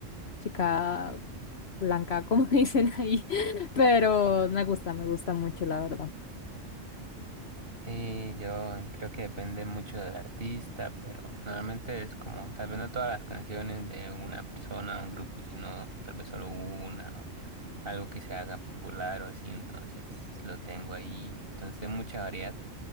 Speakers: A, on the left; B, on the right.
A: chica blanca, como <laughs> dicen ahí, pero me gusta, me gusta mucho, la verdad.
B: Sí, yo creo que depende mucho del artista, pero normalmente es como, tal vez no todas las canciones de una persona o un grupo, sino tal vez solo una o algo que se haga popular o así, entonces lo tengo ahí. Entonces hay mucha variedad,